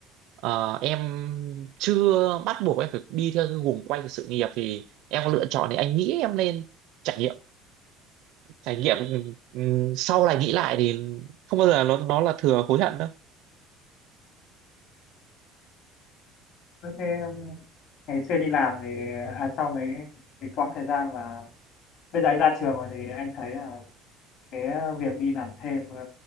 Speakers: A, on the right; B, on the left.
A: ờ, em chưa bắt buộc em phải đi theo cái guồng quay của sự nghiệp thì em có lựa chọn thì anh nghĩ em nên trải nghiệm trải nghiệm ừm, sau này nghĩ lại thì không bao giờ nó nó là thừa hối hận đâu
B: thế thế ngày xưa đi làm thì à, sau mấy cái quãng thời gian mà bây giờ anh ra trường rồi thì anh thấy là cái ờ, việc đi làm thêm ờ,